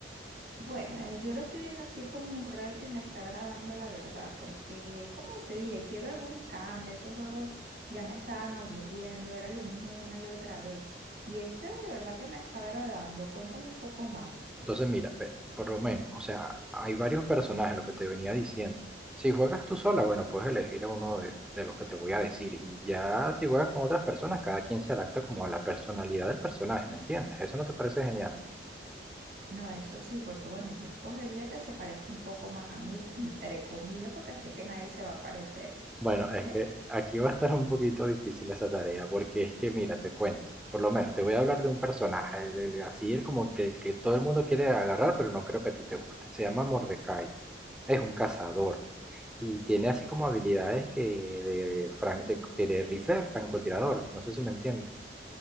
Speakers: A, on the right; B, in the centre.
A: Bueno, eh, yo lo estoy viendo así como un reto y me está agradando la verdad, porque eh, como te dije, quiero algún cambio, esos juegos ya me estaban aburriendo, era lo mismo una y otra vez. Y este de verdad que me está agradando, cuéntame un poco más.
B: Entonces, mira, ve, por lo menos, o sea, hay varios personajes, lo que te venía diciendo. Si juegas tú sola, bueno, puedes elegir a uno de, de los que te voy a decir. Y ya si juegas con otras personas, cada quien se adapta como a la personalidad del personaje, ¿me entiendes? ¿Eso no te parece genial?
A: No, eso sí, porque bueno, yo escogería el que se parezca un poco más a mí, entre comillas, porque sé que nadie se va a parecer,
B: Bueno, es
A: ¿ves?
B: que aquí va a estar un poquito difícil esa tarea, porque es que, mira, te cuento, por lo menos te voy a hablar de un personaje, el, el- así el como que, el que todo el mundo quiere agarrar, pero no creo que a ti te guste. Se llama Mordecai, es un cazador y tiene así como habilidades que de, fran- de, de rifle de francotirador, no sé si me entiendes.